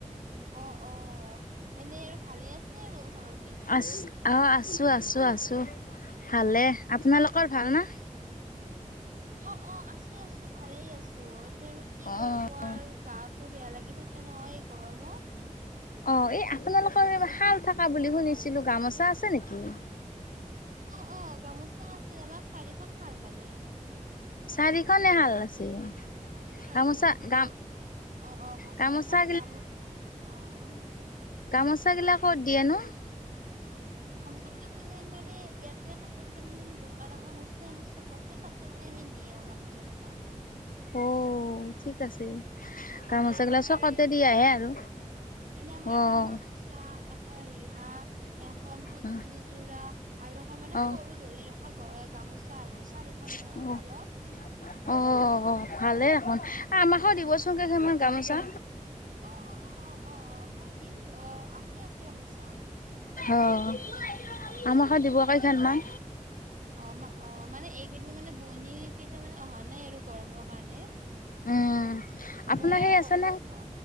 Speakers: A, on the right; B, on the left.
A: অ', অ', এনে আৰু ভালে আছে আৰু ঘৰত?
B: আছ, অ', আছো আছো আছো। ভালে,
A: অ
B: আপোনালোকৰ ভাল না?
A: অ', অ', আছো আছো, ভালেই আছো। তে আৰু কি
B: অ'।
A: কৰিব আৰু গাঁৱত <unintelligible> বেয়া লাগি থাকে ন এই গৰমত।
B: অ', এই আপোনালোকৰ শাল থকা বুলি শুনিছিলো, গামোচা আছে নেকি?
A: অ', অ', গামোচা আছে, আমাৰ চাৰিখন শাল মানে।
B: চাৰিখনে হাল আছে?
A: চাৰিখন
B: গামোচা
A: আছে মানে ব
B: গাম
A: অ', অ',
B: গামোচা
A: এখন গাম, আহ।
B: গামোচাবিলাকত দিয়ে নো।
A: <inaudible> গামচাবিলাক মানে আমাৰ এই, ইয়াতে কাষতে দোকান এখন আছে আমাৰ <unintelligible> মানে আমি দি আৰু গামোচাবিলাক।
B: অ', ঠিক আছে।
A: মানে
B: গামোচাগিলা
A: আমাৰ,
B: চকতে দিয়াহে
A: অ',
B: আৰু
A: মানে আমাৰ
B: অ'।
A: এখন গামোচা <unintelligible> ৰিহা এখন পত্মিনী
B: অ',
A: যোৰা আৰু এখন মানে
B: অ'।
A: সৰু ধৰি ৰখা গ-গামোচা আৰু চাৰিখন
B: অ',
A: শালত
B: অ'। ভালে দেখোন, আমাকো দিবচোন কেইখনমান গামোচা।
A: অ অ অ অ অ মই দিম, অ', আছে আছে গামোচা।
B: অ',
A: অ
B: আমাকো দিব কেইখনমান।
A: অ', ম, অক, মানে এইকেইদিন মানে বোৱনী কেইটা মানে অহা নাই আৰু গৰমৰ কাৰণে।
B: উম, আপোনাৰ
A: মই আৰু
B: সেই
A: ক
B: আছে নে?
A: অ